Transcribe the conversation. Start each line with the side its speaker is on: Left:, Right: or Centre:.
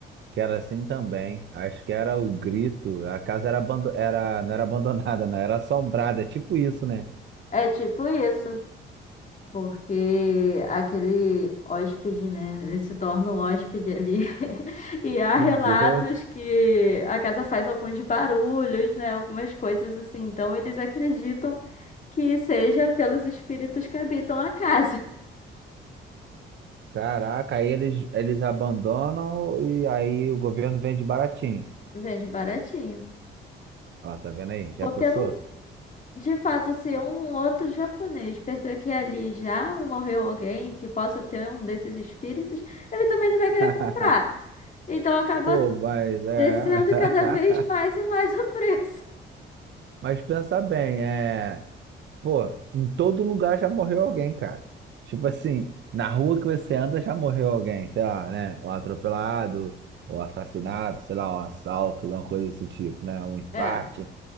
Right: que era assim também. Acho que era O Grito. A casa era, abando... era... não era abandonada, não, era assombrada, é tipo isso, né?
Left: É tipo isso. Porque aquele hóspede, né? Ele se torna um hóspede ali. <laughs> E há
Right: Que
Left: relatos
Right: doido.
Left: que a casa faz alguns barulhos, né? Algumas coisas assim. Então eles acreditam que seja pelos espíritos que habitam a casa.
Right: Caraca, aí eles, eles abandonam e aí o governo vende baratinho.
Left: <laughs> Vende baratinho.
Right: Ó, tá vendo aí? Já
Left: Porque
Right: pensou?
Left: não, de fato, se um outro japonês perceber que ali já morreu alguém e que possa ter um desses espíritos, ele também não vai querer
Right: <laughs>
Left: comprar. Então acaba
Right: Pô, mas é.
Left: descendo
Right: <laughs>
Left: cada vez mais e mais <laughs> o preço.
Right: Mas pensa bem, é. Pô, em todo lugar já morreu alguém, cara. Tipo assim, na rua que você anda já morreu alguém, sei lá, né? Um atropelado, um assassinato, sei lá, um assalto, uma coisa desse tipo, né? Um infarte.
Left: É,